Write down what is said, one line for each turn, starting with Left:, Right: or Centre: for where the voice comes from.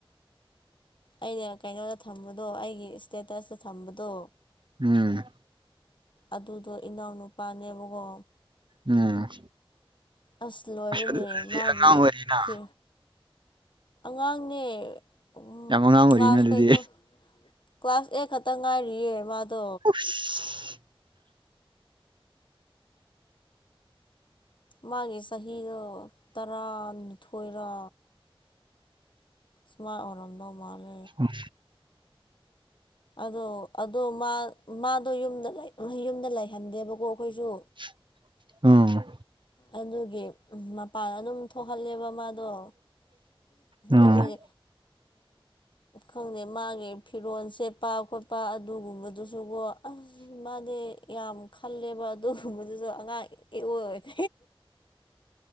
Left: ꯑꯩꯅ ꯀꯩꯅꯣꯗ ꯊꯝꯕꯗꯣ ꯑꯩꯒꯤ ꯏꯁꯇꯦꯇꯁꯇ ꯊꯝꯕꯗꯣ
Right: ꯎꯝ
Left: ꯑꯗꯨꯗꯣ ꯏꯅꯥꯎꯅꯨꯄꯥꯅꯦꯕꯀꯣ
Right: ꯎꯝ
Left: ꯑꯁ ꯂꯣꯏꯔꯅꯦ
Right: ꯑꯗꯨ ꯑꯗꯨꯗꯤ
Left: ꯃꯥꯒꯤ
Right: ꯑꯉꯥꯡ ꯑꯣꯏꯔꯤꯅ
Left: ꯐꯤ ꯑꯉꯥꯡꯅꯦ ꯎ
Right: ꯌꯥꯝ ꯑꯉꯥꯡ ꯑꯣꯏꯔꯤꯅ
Left: ꯀ꯭ꯂꯥꯁ
Right: ꯑꯗꯨꯗꯤ
Left: ꯀꯩꯅꯣ ꯀ꯭ꯂꯥꯁ ꯑꯦꯠ ꯈꯛꯇ ꯉꯥꯏꯔꯤꯌꯦ ꯃꯥꯗꯣ
Right: <unintelligible>
Left: ꯃꯥꯒꯤ ꯆꯍꯤꯗꯣ ꯇꯔꯥꯅꯤꯊꯣꯏꯔꯥ ꯁꯨꯃꯥꯏ ꯑꯣꯔꯝꯗ ꯃꯥꯂꯦ
Right: ꯎꯝ
Left: ꯑꯗꯣ ꯑꯗꯣ ꯃꯥꯗꯣ ꯌꯨꯝꯗ ꯌꯨꯝꯗ ꯂꯩꯍꯟꯗꯦꯕꯀꯣ ꯑꯩꯈꯣꯏꯁꯨ
Right: <inaudible> ꯎꯝ
Left: ꯑꯗꯨꯒꯤ ꯃꯄꯥꯟ ꯑꯗꯨꯝ ꯊꯣꯛꯍꯜꯂꯦꯕ ꯃꯥꯗꯣ
Right: ꯎꯝ
Left: ꯑꯗꯨꯒꯤ ꯈꯪꯗꯦ ꯃꯥꯒꯤ ꯐꯤꯔꯣꯜ ꯁꯦꯠꯄ ꯈꯣꯠꯄ ꯑꯗꯨꯒꯨꯝꯕꯗꯨꯁꯨꯀꯣ ꯑꯁ ꯃꯥꯗꯤ ꯌꯥꯝ ꯈꯜꯂꯦꯕ ꯑꯗꯨꯒꯨꯝꯕꯗꯨꯁꯨ ꯑꯉꯥꯡ ꯑꯣꯏ <inaudible>